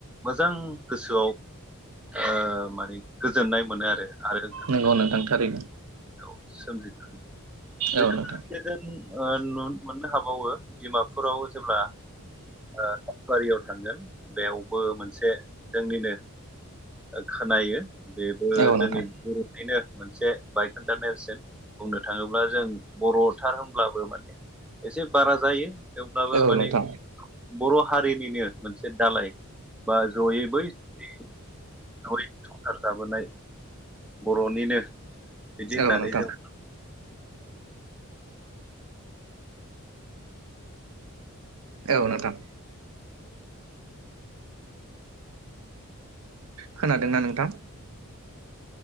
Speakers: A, in the centre; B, on the right.
A: मोजां गोसोआव ओ माने गोजोननाय मोनो आरो आरो
B: नंगौ नोंथां थारैनो,
A: सोमजिनाय, <unintelligible> ओ
B: औ नोंथां
A: न'न मोननो हाबावो डिमापुराव जेब्ला, बारियाव थांगोन बेयावबो मोनसे जोंनिनो खोनायो। बेबो
B: औ
A: जोंनि
B: नोंथां
A: बर'नि बेनो मोनसे बायखोन्दा नेरसोन बुंनो थाङोब्ला जों बर'थार होनब्लाबो माने एसे बारा जायो। थेवब्लाबो
B: औ नोंथां औ
A: माने
B: नोंथां
A: बर' हारिनिनो मोनसे दालाय। बा ज'यै बै समनि संसार जाबोनाय बर'निनो बिदि
B: औ
A: होननानै
B: नोंथां
A: जों
B: औ नथां। खोनादोंना नोंथां?